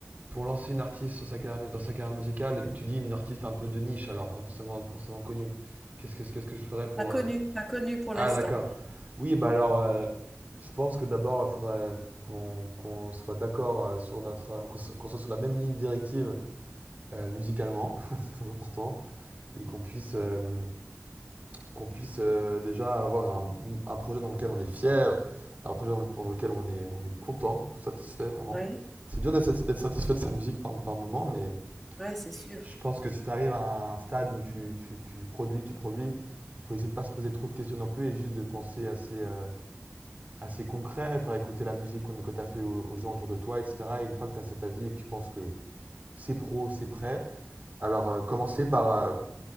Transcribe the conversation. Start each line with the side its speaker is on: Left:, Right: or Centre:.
Right: pour lancer une artiste sur sa carrière mu- dans sa carrière musicale, tu dis une artiste un peu de niche, alors pas forcément, forcément connue. Qu'est-ce que, qu'est-ce que je ferais pour.
Centre: Pas connue,
Right: euh,
Centre: pas connue pour
Right: Ah,
Centre: l'instant.
Right: d'accord. Oui, bah alors, euh, je pense que d'abord, il faudrait qu'on qu'on soit d'accord euh, sur notre. euh, qu'on so- qu'on soit sur la même ligne directive euh, musicalement, <laughs> c'est très important, et qu'on puisse. euh, qu'on puisse euh, déjà avoir un, un projet dans lequel on est fier, un projet dans le- pour lequel on est, on est content, satisfait vraiment.
Centre: Oui,
Right: C'est dur d'être sat- satisfait de sa musique par, par moment, mais
Centre: ouais, c'est
Right: je-
Centre: sûr.
Right: je pense que si tu arrives à un stade où tu, tu- tu produis, tu produis, il faut essayer de ne pas se poser trop de questions non plus et juste de penser assez, euh, assez concret, faire écouter la musique que tu as fait aux, aux gens autour de toi, etc. Et une fois que tu as cet avis et que tu penses que c'est pro, c'est prêt, alors euh, commencer par, euh,